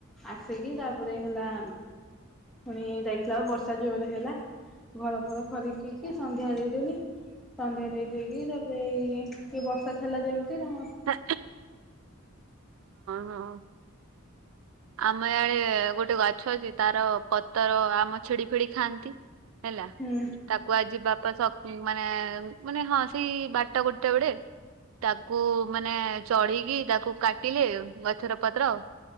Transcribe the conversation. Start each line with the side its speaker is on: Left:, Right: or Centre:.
Centre: ଆସିକି ତାପରେ ହେଲା ପୁଣି ଦେଖିଲାକୁ ବର୍ଷା ଜୋରରେ ହେଲା। ଘର ଫର ଖିରି କିି କି ସନ୍ଧ୍ୟା ଦେଇଦେଲି। ସନ୍ଧ୍ୟା ଦେଇ ଦେଇକି ତାପରେ ଏଇ ବର୍ଷା ଛାଡିଲା ଯେମିତି ତ
Right: ହଁ ହଁ ଆମ ଇଆଡେ ଗୋଟେ ଗଛ ଅଛି ତାର ପତର ଆମ ଛେଡି ଫେଡି ଖାଆନ୍ତି। ହେଲା।
Centre: ହୁଁ
Right: ତାକ୍ କୁହାଯିବା ପା ମାନେ ମାନେ ହଁ ସେଇ ବାରଟା ଗୋଟେ ବେଳେ। ତାକୁ ମାନେ ଚଢିକି ତାକୁ କାଟିଲେ ଗଛର ପତ୍ର